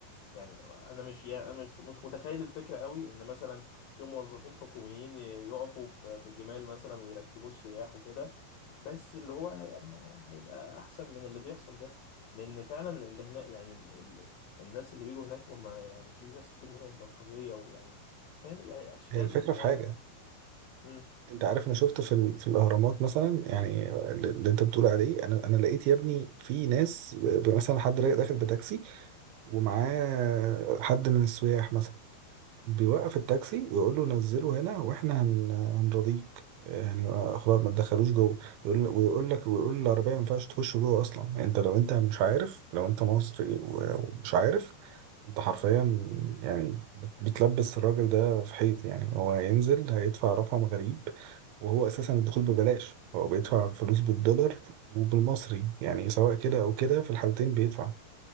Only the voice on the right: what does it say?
هي الفكرة في
حاجة
انت عارف انا شفت في, ال... في الاهرامات مثلا يعني اللي انت بتقول عليه انا انا لقيت يا ابني في ناس ب- مثلا حد رايح داخل بتاكسي ومعاه حد من السياح مثلا بيوقف التاكسي يقول له نزله هنا واحنا هن... هنرضيك يعني آه، خلاص ما تدخلوش جوه يقول ويقول لك ويقول العربيه ما ينفعش تخش جوه اصلا انت لو انت مش عارف لو انت مصري و- ومش عارف انت حرفيا يعني بت- بتلبس الراجل ده في حيط يعني هو هينزل هيدفع رقم غريب وهو اساسا الدخول ببلاش هو بيدفع فلوس بالدولار وبالمصري يعني سواء كده او كده في الحالتين بيدفع